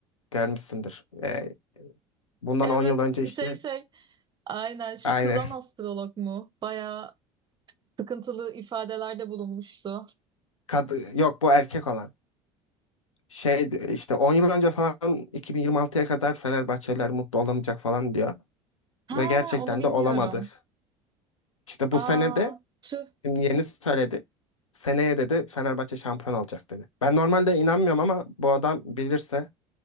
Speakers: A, on the left (about 80°); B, on the right (about 25°).
A: görmüşsündür. Ee, bundan
B: Evet
A: 10 yıl önce işte
B: şey şey aynen şu
A: aynı.
B: kızan astrolog mu? Bayağı sıkıntılı ifadelerde bulunmuştu.
A: Kad yok bu erkek olan. Şey işte 10 yıl önce falan 2026'ya kadar Fenerbahçeliler mutlu olamayacak falan diyor.
B: Ha
A: Ve gerçekten
B: onu bilmiyorum.
A: de olamadı. İşte bu
B: Aa
A: sene de
B: tüh
A: şimdi yeni söyledi. Seneye dedi Fenerbahçe şampiyon olacak dedi. Ben normalde inanmıyorum ama bu adam bilirse